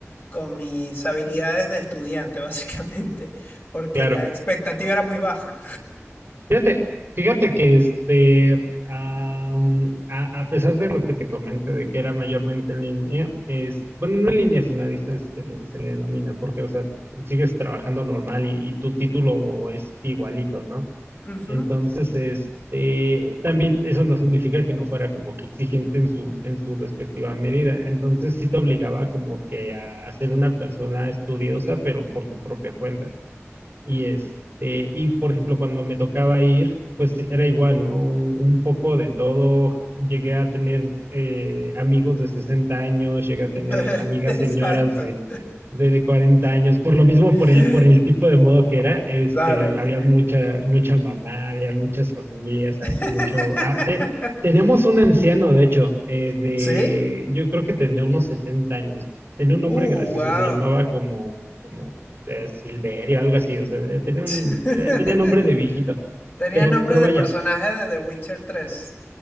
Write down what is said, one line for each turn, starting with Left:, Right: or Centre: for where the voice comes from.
Left: con mis habilidades de estudiante, <laughs> básicamente, porque
Right: claro.
Left: la expectativa era muy baja.
Right: Fíjate, fíjate que este, am, a, a pesar de lo que te comenté de que era mayormente en línea, es, bueno, no en línea, sino a distancia se le, se le denomina, porque, o sea, sigues trabajando normal y, y tu título es igualito, ¿no?
Left: Ujú.
Right: Entonces, este, también eso no significa que no fuera como que exigente en su, en su respectiva medida. Entonces, sí te obligaba como que a, a ser una persona estudiosa, pero por tu propia cuenta. Y este, y por ejemplo, cuando me tocaba ir, pues era igual, ¿no? Un, un poco de todo. Llegué a tener eh, amigos de 60 años, llegué a tener
Left: <laughs>
Right: amigas
Left: Exacto.
Right: señoras de, de, de 40 años. Por lo mismo, por el,
Left: <laughs>
Right: por el tipo de modo que era, este,
Left: Claro.
Right: había mucha, mucha mamá, había muchas familias,
Left: <laughs>
Right: había mucho. ah, te- tenemos un anciano, de hecho, eh, de,
Left: ¿Sí?
Right: yo creo que tendría unos 70 años. Tenía un nombre
Left: Uh,
Right: gracioso,
Left: wow.
Right: se llamaba como eh, Silverio, algo así, o sea, eh, tenía un,
Left: <laughs>
Right: eh, tenía nombre de viejito,
Left: Tenía
Right: pero,
Left: nombre
Right: pero
Left: de
Right: vaya,
Left: personaje de The Witcher 3